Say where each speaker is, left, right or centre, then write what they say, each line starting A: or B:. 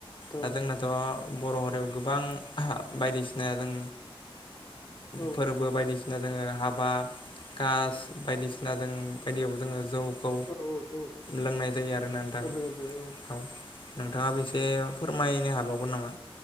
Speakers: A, on the left; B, on the left.
A: दा
B: औ
A: जोंनाथ' बर' हारियाव गोबां बायदिसिना जों
B: औ
A: फोरबो बायदिसिना बायदिना जोङो हाबा कास बायदिसिना जों बायदियाव जोङो जौ खौ
B: औ औ
A: लोंनाय जायो आरोना नोंथां
B: औ लोगोसे औ
A: नोंथाङाबो एसे फोरमायनो हाबावगोन नामा